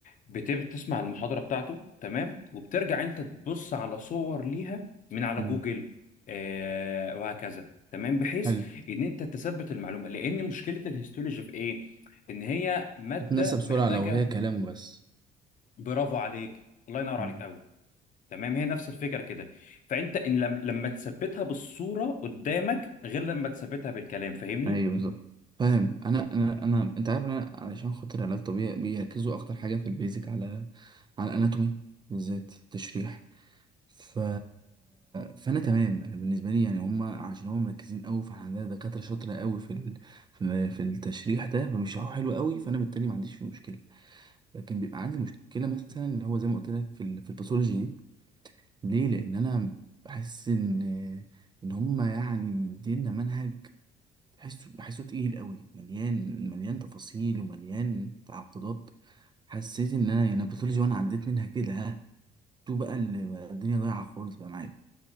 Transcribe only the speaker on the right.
مم.
حلو
تتنسى بسرعه
لو هي كلامه بس
مم.
ايوه بالظبط فاهم انا انا انا انت عارف انا علشان خاطر علاج طبيعي بيركزوا اكتر حاجه في البيزك على على الاناتومي بالذات تشريح ف... فانا تمام انا بالنسبه لي يعني هم عشان هم مركزين قوي فاحنا عندنا دكاتره شاطره قوي في ال... في في التشريح ده فبيشرحوه حلو قوي فانا بالتالي ما عنديش فيه مشكله لكن بيبقى عندي مشكله مثلا اللي هو زي ما قلت لك في ال- في الباثولوجي دي ليه لان انا بحس ان ان هم يعني مدينا منهج تحسه بحسه تقيل قوي مليان مليان تفاصيل ومليان تعقدات حسيت ان انا يعني الباثولوجي وانا عديت منها كده ها تو بقى اللي بقى الدنيا ضايعه خالص بقى معايا